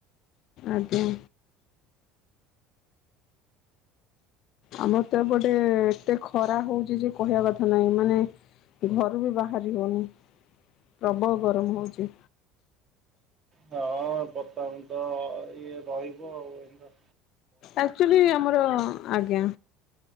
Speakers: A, on the left; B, on the right.
A: ଆଛ୍ ଉଁ। ଆମର ତ ଏପଟେ ଏତେ ଖରା ହଉଚି ଯେ କହିବା କଥା ନାଇଁ ମାନେ ଘରୁ ବି ବାହାରି ହଉନି ପ୍ରବଳ ଗରମ୍ ହଉଚି।
B: ହଁ ବର୍ତ୍ତମାନ ତ ଇଏ ରହିବ ଆଉ ଏନୁ ତ
A: ଆକ୍ଚୁଲି ଆମର ଆଜ୍ଞା।